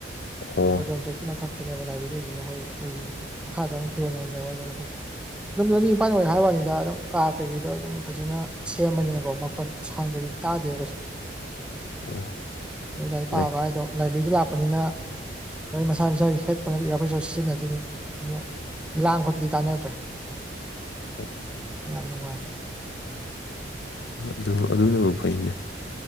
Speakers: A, on the left (about 65°); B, in the centre.
A: ꯑꯣ
B: ꯑꯦꯖꯣꯜ ꯇ꯭ꯔꯦꯠꯀꯤ ꯃꯥꯊꯛ ꯅꯦꯕ ꯂꯥꯏꯕ꯭ꯔꯦꯔꯤ ꯂꯩꯁꯤꯅ ꯑꯩꯈꯣꯏ ꯑꯩꯈꯣꯏꯁꯤꯅ ꯃꯈꯥꯗ ꯑꯗꯨꯝ ꯐꯤꯔꯣꯟ ꯑꯃꯨꯛ ꯂꯩꯔꯦ ꯃꯊꯛꯇ ꯑꯗꯨꯝ ꯂꯝꯕꯤ ꯑꯣꯢ ꯍꯥꯢ ꯋꯥꯅꯤ ꯑꯗꯨꯝ ꯀꯥ ꯀꯩꯀꯥꯗꯣ ꯑꯗꯨꯝ ꯐꯖꯅ ꯁꯦꯝꯕꯅꯤꯅꯀꯣ ꯃꯈꯣꯟ ꯁꯥꯎꯟ ꯀꯩꯀꯥꯗꯤ ꯇꯥꯗꯦꯕ ꯀꯩꯁꯨ
A: ꯑꯣ
B: ꯅꯣꯏ ꯂꯥꯏꯔꯤꯛ
A: ꯍꯣꯏ
B: ꯄꯥꯕ ꯍꯥꯏꯗꯣ ꯂꯥꯏꯕ꯭ꯔꯦꯔꯤꯗ ꯂꯥꯛꯄꯅꯤꯅ ꯃꯣꯏ ꯃꯁꯥ ꯃꯁꯥꯒꯤ ꯍꯦꯠ ꯐꯣꯟ ꯏꯌꯥꯔꯕꯠꯁꯨ ꯁꯤꯖꯤꯟꯅꯗꯨꯢꯅꯤ ꯑꯗꯨꯅ ꯂꯥꯡ ꯈꯣꯠꯄꯗꯤ ꯇꯥꯟꯅꯗ꯭ꯔꯦ
A: ꯑꯣ
B: ꯌꯥꯝ ꯅꯨꯡꯉꯥꯏ
A: ꯑꯗꯨ ꯑꯗꯨꯅꯕꯨ ꯐꯩꯅꯦ